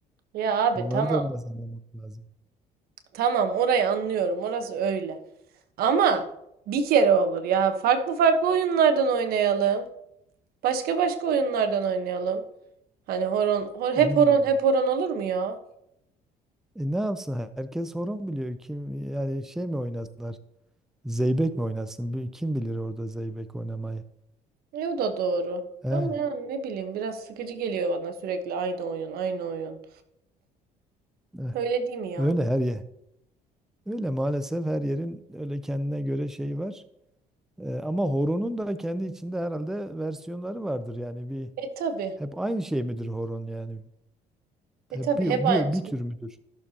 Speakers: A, on the right; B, in the centre.
A: Ya abi
B: Onları
A: tamam
B: da biraz anlamak lazım.
A: tamam orayı anlıyorum orası öyle. Ama bir kere olur ya farklı farklı oyunlardan oynayalım. Başka başka oyunlardan oynayalım. Hani horon hor,
B: En-
A: hep horon hep horon olur mu ya?
B: E, ne yapsın? Herkes horon biliyor. Kim yani şey mi oynasınlar? Zeybek mi oynasın? Bir- Kim bilir orada zeybek oynamayı?
A: E, o da doğru.
B: Eh,
A: Ama yani ne bileyim biraz sıkıcı geliyor bana sürekli aynı oyun aynı oyun.
B: eh,
A: Öyle değil mi yani?
B: öyle her yer. Öyle maalesef her yerin öyle kendine göre şeyi var. E, ama horonun da kendi içinde herhalde versiyonları vardır. Yani bir
A: E tabi
B: hep aynı şey midir horon yani?
A: e
B: Hep
A: tabi
B: bir
A: hep aynı
B: bir,
A: şey.
B: bir tür müdür?